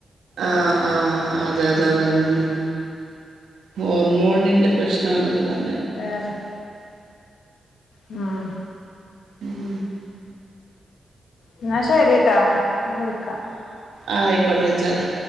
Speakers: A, on the right; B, on the left.
A: ആഹ ആഹ് അതെ അതെ അതെന്നെ ഹോർമോണിന്റെ പ്രശ്നാന്നൊക്കെ പറ
B: വെറെ...... ഉം
A: ഉം
B: എന്നാ ശരിട്ടാ ഞാൻ വിളിക്കാ?
A: ആ ആയിക്കോട്ടെ വെച്ചാളിം